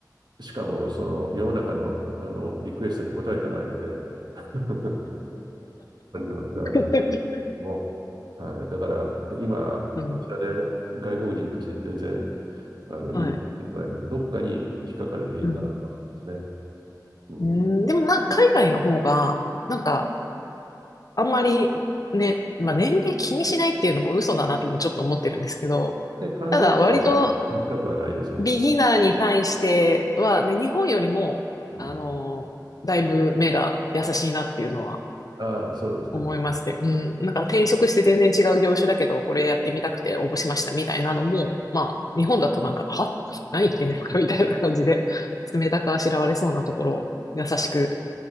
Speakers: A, on the right; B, on the left.
A: しかも、その世の中の、あのリクエストに応えてないので <laughs>、はなく
B: <laughs>
A: も、はい、だから今、
B: うん。
A: こちらで外国人として全然あのインタビューしてもらえるのも、
B: はい。
A: どっかに引っかかる原因があるかもしれないですね。
B: うん。
A: うん、
B: うん、でもなんか海外の方が、なんかあんまりね、まあ、年齢気にしないっていうのも嘘だなともちょっと思ってるんですけど、
A: で、完全には行きたくはないですよ。
B: ただ割とビギナーに対しては、ね、日本よりも、
A: うん、
B: あの、だいぶ目が優しいなっていうのは
A: ああ、そうですね。
B: 思いますね。うん。なんか転職して全然違う業種だけど、これやってみたくて応募しましたみたいなのも、まあ、日本だとなんか、は何言ってんですかみたいな感じで、冷たくあしらわれそうなところを優しく、